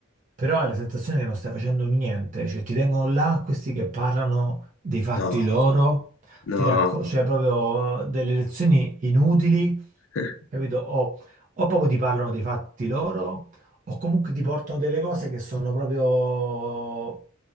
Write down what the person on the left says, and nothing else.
No,
no.
<laughs>